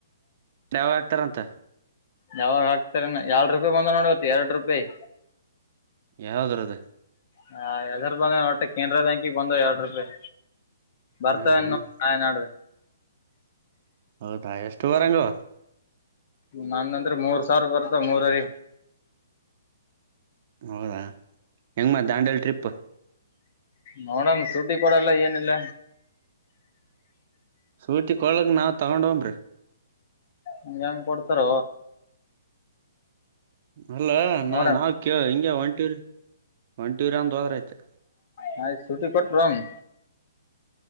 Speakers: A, on the right; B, on the left.
A: ಯಾವಾಗ ಆಗ್ತಾರಂತ
B: ಯಾವಾಗ ಹಕ್ತಾರ ಯ ಎರಡ್ ರೂಪಾಯಿ ಬಂದ ನೋಡಡ್ ಎರಡ್ ರೂಪಾಯಿ
A: ಯಾವ್ದ್ರ ಅದ
B: ಹ ಎದರು ಬಂದ ನಟ್ಟ ಕೇನರಾ ಬ್ಯಾಂಕಿಗೆ ಬಂದು ಎರಡ್ ರೂಪಾಯಿ ಬರ್ತವೆ
A: ಹ್ಮ್
B: ಹಾ ನಾಡ್ದ
A: ಹೌದಾ ಎಷ್ಟು ವರಂಗೋ
B: ನಮಂದ್ರ ಮೂರ್ ಸಾವಿರ ಬರ್ತಾವ ಮೂರರಿ
A: ಹೌದಾ ಹೆಂಗ ಮಾ ದಾಂಡಲ್ ಟ್ರಿಪ್
B: ನೋಡಮ ಶೂಟಿ ಕೊಡಲ್ಲ ಏನಿಲ್ಲ
A: ಸೂಟಿ ಕೊ ಒಳಗೆ ನಾವು ತಗೊಂಡ್ ಹಂಬ ರೀ
B: ಹಂಗೆ ಹೆಂಗ ಕೊಡ್ತಾರ
A: ಅಲ್ಲ ನಾ
B: ನೋಡಮ್
A: ನಾವವು ಕ ಹಿಂಗ ಒಂಟೂರಿ ಒಂಟಿರ ಅಂದ ಹೋದ್ರಐತೆ
B: ನಾ್ ಸುಟಿ ಕೊಟ್ ರಂಗ್